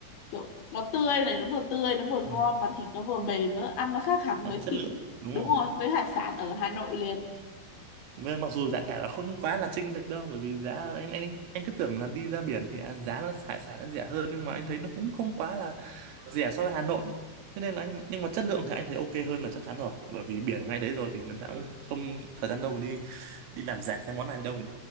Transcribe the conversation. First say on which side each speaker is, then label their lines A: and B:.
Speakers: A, on the left (about 65°); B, on the right (about 75°).
A: kiểu nó tươi này nó vừa tươi nó vừa
B: ừ.
A: ngon mà thịt nó vừa mềm nữa ăn nó khác hẳn
B: Gắn
A: với
B: chất
A: thịt
B: lượng đúng
A: đúng
B: rồi
A: rồi với hải sản ở Hà Nội liền
B: Với- mặc dù giá cả nó không quá là chênh lệch đâu bởi vì giá anh anh anh cứ tưởng là đi ra biển thì à, giá nó hải sản nó rẻ hơn nhưng mà anh thấy nó cũng không quá là rẻ so với Hà Nội thế nên là anh nhưng mà chất lượng thì anh thấy ok hơn là chắc chắn rồi bởi vì biển ngay đấy rồi thì người ta cũng không thời gian đâu mà đi đi làm giả cái món này đâu nhỉ